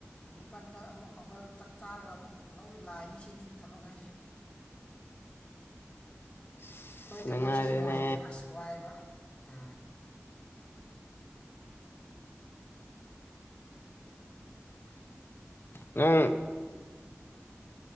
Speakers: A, on the left; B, on the left.
A: ꯅꯤꯄꯜꯗ ꯑꯃꯨꯛ ꯍꯧꯒꯠꯂ ꯆꯥꯛ ꯆꯥꯔꯒ ꯑꯃꯨꯛ ꯂꯧ ꯂꯥꯛꯑꯅꯤ ꯁꯤꯅꯤ ꯊꯕꯛ ꯍꯥꯏꯁꯦ
B: ꯑꯁ
A: ꯑꯩꯈꯣꯏ
B: ꯅꯨꯡꯉꯥꯏꯔꯦꯅꯦ
A: ꯊꯕꯛꯁꯤ ꯅꯨꯡꯉꯥꯏꯇꯦꯕ ꯑꯁ ꯋꯥꯏꯑꯦꯕ ꯑꯥ
B: ꯎꯝ